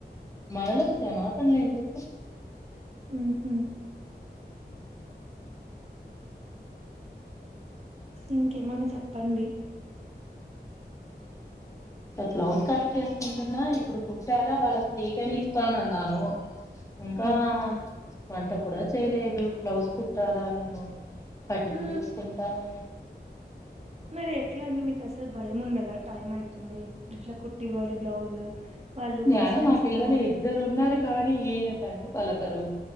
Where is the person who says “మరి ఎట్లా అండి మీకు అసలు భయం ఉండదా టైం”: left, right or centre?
Right